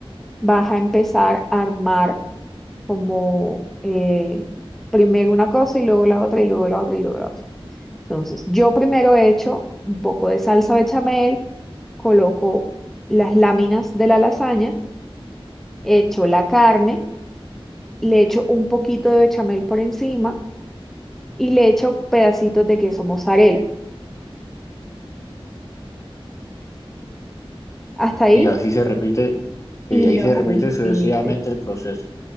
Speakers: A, in the centre; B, on the left.
A: vas a empezar a armar como eh, primero una cosa y luego la otra y luego la otra y luego la otra. Entonces, yo primero he hecho un poco de salsa bechamel, coloco las láminas de la lasaña, echo la carne, le echo un poquito de bechamel por encima y le echo pedacitos de queso mozzarella. Hasta ahí
B: Y así se repite,
A: y
B: y ahí
A: los
B: se repite
A: repites.
B: sucesivamente el proceso.